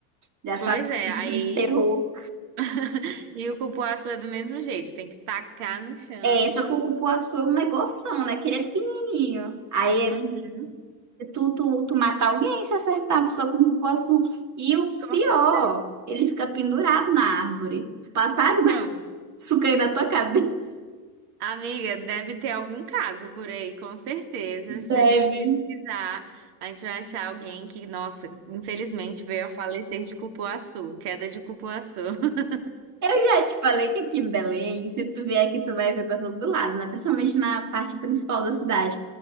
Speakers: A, on the right; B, on the right.
A: de assassino
B: Pois é,
A: de
B: aí.
A: filme de terror.
B: <laughs> E o cupuaçu é do mesmo jeito, tem que tacar no chão.
A: É, só que o cupuaçu é um negoção, né? Que ele é pequenininho. Aí
B: Uhum.
A: é tu, tu, tu matar alguém se acertar só com o cupuaçu. E o
B: Com
A: pior,
B: certeza.
A: ele fica pendurado na árvore. Passar de
B: Pronto.
A: <laughs> babaçu cair na tua cabeça.
B: Amiga, deve ter algum caso por aí, com certeza.
A: Deve.
B: Se a gente pesquisar, a gente vai achar alguém que, nossa, infelizmente veio a falecer de cupuaçu, queda de cupuaçu. <laughs>
A: Eu já te falei que aqui em Belém, se tu vier aqui, tu vai ver para todo lado, né? Principalmente na parte principal da cidade.